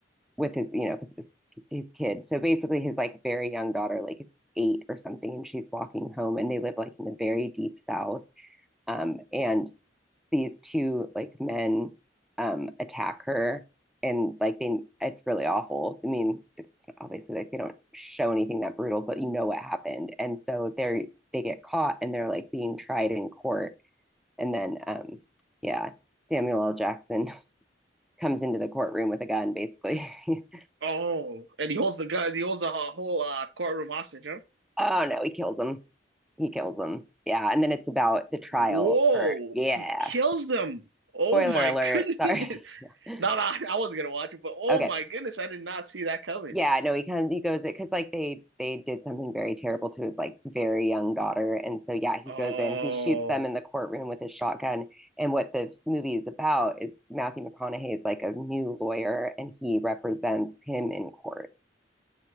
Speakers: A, in the centre; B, on the right.
A: with his, you know, because his, his kid. So basically, his like very young daughter, like it's eight or something, and she's walking home, and they live like in the very deep south. Um,
B: hmm
A: and these two like men um attack her and like they it's really awful i mean it's obviously like they don't show anything that brutal but you know what happened and so they're they get caught and they're like being tried in court and then um yeah samuel l jackson <laughs> comes into the courtroom with a gun basically <laughs>
B: Oh, and he holds the gun. He holds a whole uh, courtroom hostage. Huh?
A: oh no he kills him he kills him yeah and then it's about the trial
B: Whoa!
A: for yeah
B: He kills them. Oh
A: spoiler
B: my
A: alert
B: goodness!
A: sorry <laughs> yeah.
B: <laughs> Not I, I wasn't gonna watch it, but oh
A: okay
B: my goodness, I did not see that coming.
A: yeah, no, he comes, he goes it because like they they did something very terrible to his like very young daughter, and so yeah, he
B: Oh,
A: goes in, he shoots them in the courtroom with his shotgun, and what the movie is about is Matthew McConaughey is like a new lawyer, and he represents him in court,